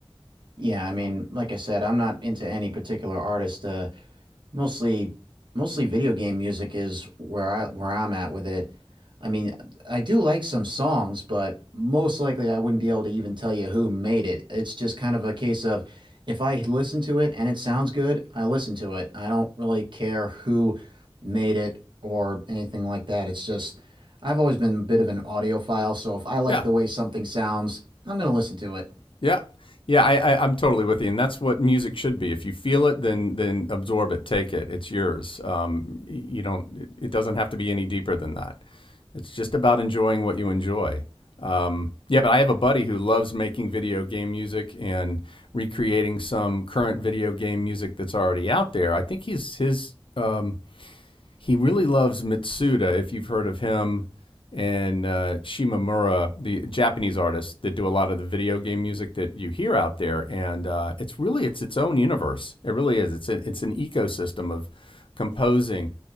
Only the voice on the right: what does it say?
Yeah, I mean, like I said, I'm not into any particular artist. Uh mostly mostly video game music is where I where I'm at with it. I mean, I do like some songs, but most likely I wouldn't be able to even tell you who made it. It's just kind of a case of if I listen to it and it sounds good, I listen to it. I don't really care who made it or anything like that. It's just I've always been a bit of an audiophile, so if I like
the way something sounds, I'm gonna listen to it.